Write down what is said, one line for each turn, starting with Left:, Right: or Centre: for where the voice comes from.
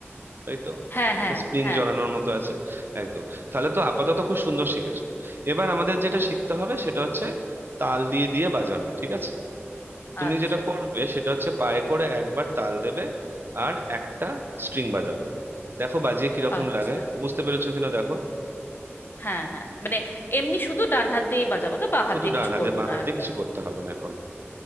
Right: তাই তো
Left: হ্যাঁ হ্যাঁ
Right: এটা স্প্রিং
Left: হ্যাঁ
Right: জড়ানোর মতো আছে একদম তাহলে তো আপাতত খুব সুন্দর শিখেছো এবার আমাদের যেটা শিখতে হবে সেটা হচ্ছে তাল দিয়ে দিয়ে বাজানো ঠিক আছে তুমি
Left: আচ্ছা
Right: যেটা করবে সেটা হচ্ছে পায়ে করে একবার তাল দেবে আর একটা স্ট্রিং বাজাবে দেখো বাজিয়ে কিরকম
Left: আচ্ছা
Right: লাগে বুঝতে পেরেছো কিনা দেখো
Left: হ্যাঁ হ্যাঁ মানে এমনি শুধু ডান হাত দিয়েই বাজাবো তো বাঁ হাত
Right: শুধু
Left: দিয়ে
Right: ডান
Left: কিছু
Right: হাতে
Left: করব
Right: বাঁ
Left: না
Right: হাত
Left: এখন
Right: দিয়ে কিছু করতে হবে না এখন